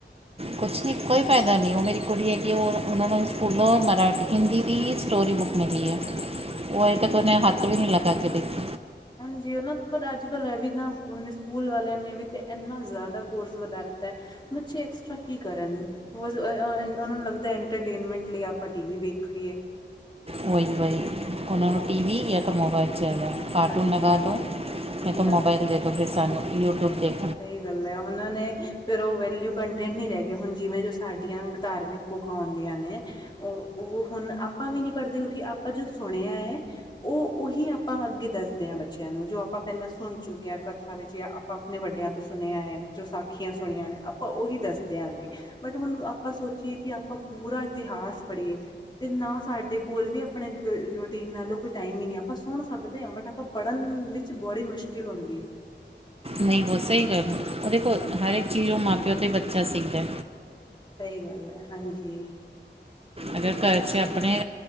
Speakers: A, on the right; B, on the left.
A: ਕੁਛ ਨੀ ਕੋਈ ਫਾਇਦਾ ਨਈ ਓ ਮੇਰੀ ਕੁੜੀ ਹੈਗੀ ਏ, ਓ ਓਨਾਂ ਨੂੰ ਸਕੂਲੋਂ ਮਰਾਠੀ, ਹਿੰਦੀ ਦੀ ਸਟੋਰੀ ਬੁੱਕ ਮਿਲੀ ਏ, ਓ ਅੱਜੇ ਤੱਕ ਓਨੇ ਹੱਥ ਵੀ ਨੀ ਲਗਾ ਕੇ ਦੇਖੀ।
B: ਹਾਂਜੀ, ਓ ਨਾ ਪਰ ਅੱਜ ਕੱਲ੍ਹ ਐ ਵੀ ਨਾ ਹੁਨ ਸਕੂਲ ਵਾਲਿਆਂ ਨੇ ਵੀ ਤਾਂ ਏਨਾ ਜਾਦਾ ਕੋਰਸ ਵਧਾ ਦਿੱਤਾ ਐ। ਬੱਚੇ ਐਕਸਟਰਾ ਕੀ ਕਰਨ। <unintelligible> ਓਨਾਂ ਨੂੰ ਲੱਗਦਾ ਏੰਟਰਟੇਨਮੈਂਟ ਲਈ ਆਪਾਂ ਟੀ ਵੀ ਵੇਖੀਏ।
A: ਵੋਈ ਵਈ ਓਨਾਂ ਨੂੰ ਟੀ ਵੀ ਯਾ ਤਾਂ ਮੋਬਾਇਲ ਚਾਈਦਾ। ਕਾਰਟੂਨ
B: ਹਾਂਜੀ
A: ਲਗਾ ਦੋ
B: ਸਹੀ
A: ਯਾ ਤੋ ਮੋਬਾਇਲ ਦੇ ਦੋ ਫਿਰ ਸਾਨੂੰ ਯੂਟਿਊਬ ਦੇਖ
B: ਸਈ ਗੱਲ ਐ। ਓਨਾਂ ਨੇ ਫਿਰ ਓ ਵੈਲਿਊ ਕੰਟੈਂਟ ਨੀ ਰਹਿ ਗਯਾ ਹੁਨ ਜਿਵੇਂ ਜੋ ਸਾਡੀਆਂ ਧਾਰਮਿਕ ਬੁੱਕਾਂ ਹੁੰਦੀਆਂ ਨੇ ਓ ਓਹ ਹੁਨ ਆਪਾਂ ਵੀ ਨੀ ਪੜ੍ਹਦੇ ਕਿਉਂਕਿ ਆਪਾਂ ਜੋ ਸੁਣਿਆ ਏ ਓ ਓਹੀ ਆਪਾਂ ਅੱਗੇ ਦੱਸਦੇ ਆਂ ਬੱਚਿਆਂ ਨੂੰ ਜੋ ਆਪਾਂ ਪਹਿਲਾਂ ਸੁਨ ਚੁੱਕੇ ਆਂ ਕਥਾ ਵਿੱਚ ਯਾ ਆਪਾਂ ਅਪਨੇ ਵੱਡਿਆਂ ਤੋਂ ਸੁਨੇਆ ਏ ਜੋ ਸਾਖੀਆਂ ਸੁਣੀਆਂ ਨੇ ਆਪਾਂ ਓਹੀ ਦੱਸਦ ਦੇ ਅੱਗੇ ਬਟ ਹੁਨ ਆਪਾਂ ਸੋਚੀਏ ਕਿ ਆਪਾਂ ਪੂਰਾ ਇਤਿਹਾਸ ਪੜ੍ਹੀਏ ਤੇ ਨਾ ਸਾਡੇ ਕੋਲ ਵੀ ਅਪਣੇ ਰੂਟੀਨ ਨਾਲੋਂ ਕੋਈ ਟਾਈਮ ਹੀ ਨੀ ਆਪਾਂ ਸੁਣ ਸਕਦੇ ਆਂ ਬਟ ਆਪਾਂ ਪੜ੍ਹਨ ਵਿੱਚ ਬੜੀ ਮੁਸ਼ਕਿਲ ਹੁੰਦੀ ਏ।
A: ਨਈ ਬੋਤ ਸਈ ਗੱਲ ਓ ਦੇਖੋ ਹਰ ਇੱਕ ਚੀਜ਼ ਓ ਮਾਂ ਪਿਓ ਤੇ ਬੱਚਾ ਸਿੱਖਦਾ।
B: ਸਈ ਗੱਲ ਐ ਹਾਂਜੀ।
A: ਅਗਰ ਘਰ 'ਚ ਅਪਨੇ